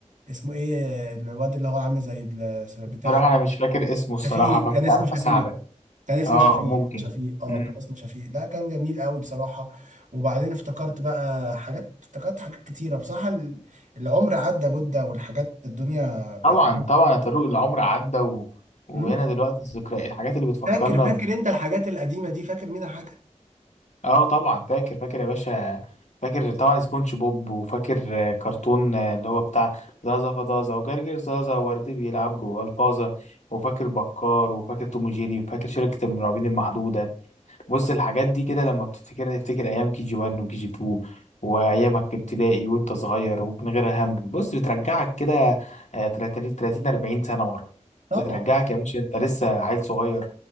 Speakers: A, on the right (about 80°); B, on the left (about 70°).
A: اسمه ايه الواد اللي هو عامل زي ال- بتاع
B: صراحة
A: ده
B: انا مش فاكر اسمه الصراحة
A: شفيق
B: فمش
A: كان اسمه
B: عارف
A: شفيق
B: اساعدك
A: كان اسمه
B: اه
A: شفيق
B: ممكن
A: شفيق اه
B: مم.
A: كان اسمه شفيق ده كان جميل قوي بصراحة وبعدين افتكرت بقى حاجات افتكرت حاجات كتيرة بصراحة ال- العمر عدى مدة والحاجات الدنيا بقت
B: طبعا طبعا يا طارق العمر عدى و... وبقينا
A: مم.
B: دلوقتي الذكرى الحاجات اللي بتفكرنا
A: فاكر فاكر
B: ب...
A: انت الحاجات القديمة دي فاكر منها حاجة؟
B: اه طبعا فاكر فاكر يا باشا فاكر طبعا سبونج بوب وفاكر آه، كرتون آه، اللي هو بتاع زازا فطازة وجرجر زازا وورد بيلعب جوه الفازة وفاكر بكار وفاكر توم وجيري وفاكر شركة المرعبين المحدودة بص الحاجات دي كده لما بتفتكرها تفتكر ايام كي جي 1 وكي جي 2 وايامك في ابتدائي وانت صغير ومن غير هم بص بترجعك كده آه، 30 30 40 سنه ورا
A: طبعا
B: بترجعك يا باشا انت لسه عيل صغير